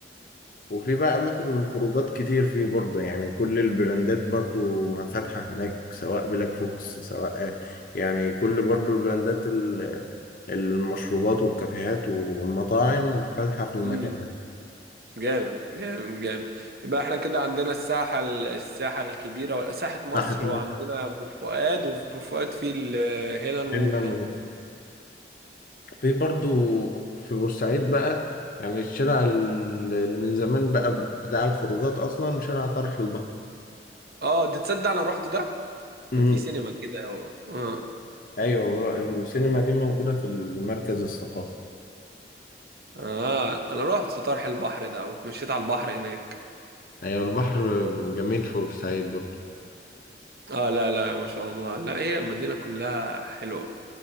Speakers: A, on the left; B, on the right.
A: وفي بقى أماكن للخروجات كتير فيه برضو يعني كل البراندات برضو ما فاتحة هناك سواء بلاك فوكس سواء آه، يعني كل برضو البراندات ال- المشروبات والكافيهات والمطاعم فاتحة في المكان
B: امم جامد جامد جامد يبقى احنا كده عندنا الساحة ال- الساحة الكبيرة ولا ساحة مصر
A: تحت
B: وعندنا بورفؤاد وفي بورفؤاد في الهيلان
A: مصر
B: ووك ده
A: في برضو في بورسعيد بقى يعني الشارع ال- اللي من زمان بقى بتاع الخروجات أصلا شارع طرح البحر
B: اه ده تصدق انا روحت ده
A: امم
B: كان في سينما كده اه
A: أيوة ور- السينما دي موجودة في المركز الثقافي
B: اه انا روحت طرح البحر ده واتمشيت على البحر هناك
A: أيوة البحر جميل في بورسعيد برضو
B: اه لا لا ما شاء الله لا هي المدينة كلها حلوة